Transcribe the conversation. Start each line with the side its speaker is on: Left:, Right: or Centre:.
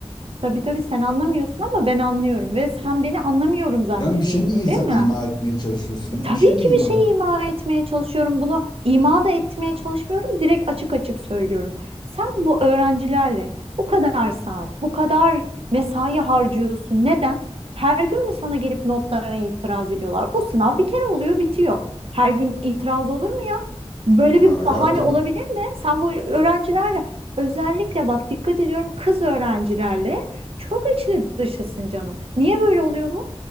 Right: Tabii tabii sen anlamıyorsun ama ben anlıyorum ve sen beni anlamıyorum zannediyorsun
Left: Sen bir şey mi iza-
Right: değil mi?
Left: ima etmeye çalışıyorsun ya?
Right: E, tabii
Left: Bir şey mi
Right: ki
Left: ima
Right: bir şey
Left: et?
Right: ima etmeye çalışıyorum. Bunu ima da etmeye çalışmıyorum. Direkt açık açık söylüyorum. Sen bu öğrencilerle bu kadar saat, bu kadar mesai harcıyorsun. Neden? Her gün mü sana gelip notlarına itiraz ediyorlar? Bu sınav bir kere oluyor, bitiyor. Her gün itiraz olur mu ya? Böyle
Left: Ya
Right: bir
Left: hayatım
Right: bahane olabilir mi? Sen bu öğrencilerle özellikle bak dikkat ediyorum kız öğrencilerle çok içli dışısın canım. Niye böyle oluyor bu?